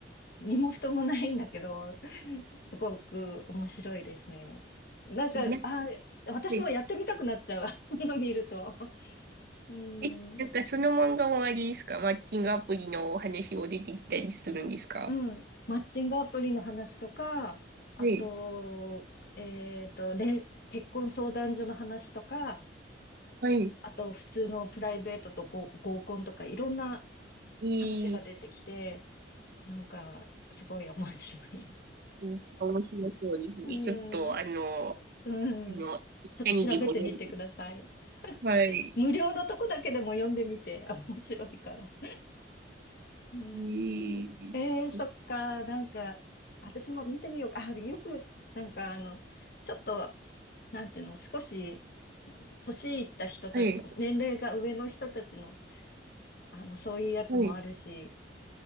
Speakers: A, on the left; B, on the right.
A: 身も蓋もないんだけど、<laughs> すごく面白いですね。なんか、
B: な
A: あ、
B: はい
A: 私もやってみたくなっちゃう、<laughs> あの見ると。うん、
B: え、なんかその漫画もあれですかマッチングアプリのお話を出てきたりするんですか
A: うん、マッチングアプリの話とか、あと、
B: はい。
A: えっと、れん結婚相談所の話とか、
B: はい。
A: あと、普通のプライベートとご合コンとか、いろんな
B: えー、
A: 話が出てきて、なんか、すごい面白い。
B: めっちゃ面白そうですね。
A: うん
B: ちょっと、あの、あ
A: うん。
B: の、
A: ちょっと調べてみてください。
B: 下にでも読んで。はい。
A: 無料のとこだけでも読んでみて。<laughs> あ、面白いから。うん。
B: えー、
A: えー、
B: す
A: そっか。なんか、私も見てみようか。あ、よく、なんかあの、ちょっと、なんていうの、少し、年いった人たち、
B: はい。
A: 年齢が上の人たちの、あの、そういうやつもあるし、
B: はい。